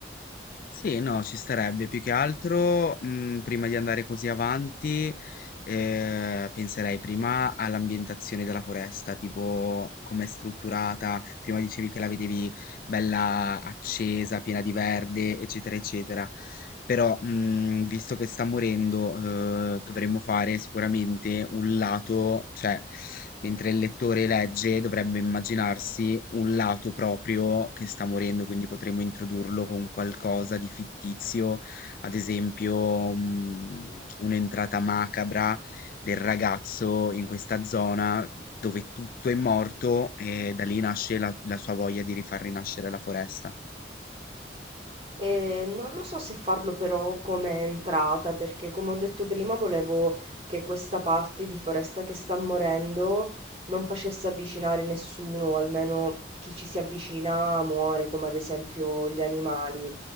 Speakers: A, on the left; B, on the right.
A: Sì, no, ci starebbe. Più che altro, mh, prima di andare così avanti, eh, penserei prima all'ambientazione della foresta, tipo com'è strutturata. Prima dicevi che la vedevi bella accesa, piena di verde, eccetera, eccetera. Però, mhmm, visto che sta morendo, uhm, dovremmo fare sicuramente un lato cioè, mentre il lettore legge dovrebbe immaginarsi un lato proprio che sta morendo, quindi potremmo introdurlo con qualcosa di fittizio, ad esempio, mhmm, un'entrata macabra del ragazzo in questa zona dove tutto è morto e da lì nasce la la sua voglia di rifar rinascere la foresta.
B: Eh, non lo so se farlo però come entrata, perché come ho detto prima volevo che questa parte di foresta che sta morendo non facesse avvicinare nessuno, o almeno chi ci si avvicina muore, come ad esempio gli animali.